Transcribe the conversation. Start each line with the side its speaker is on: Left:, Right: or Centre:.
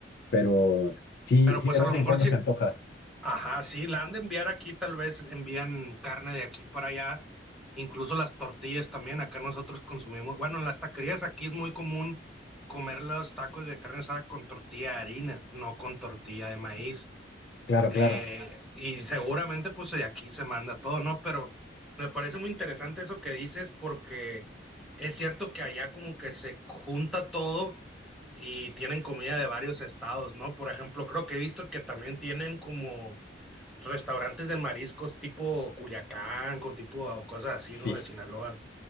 Left: pero sí,
Centre: Pero
Left: sí
Centre: pues
Left: de vez
Centre: a lo
Left: en
Centre: mejor
Left: cuando
Centre: sí.
Left: se antoja,
Centre: Ajá, sí, la han de enviar aquí. Tal vez envían carne de aquí para allá. Incluso las tortillas también. Acá nosotros consumimos. Bueno, en las taquerías aquí es muy común comer los tacos de carne asada con tortilla de harina, no con tortilla de maíz.
Left: claro,
Centre: Eh,
Left: claro,
Centre: y seguramente pues de aquí se manda todo, ¿no? Pero me parece muy interesante eso que dices porque es cierto que allá como que se junta todo y tienen comida de varios estados, ¿no? Por ejemplo, creo que he visto que también tienen como restaurantes de mariscos tipo Culiacán, con tipo o cosas así,
Left: sí.
Centre: ¿no? De Sinaloa.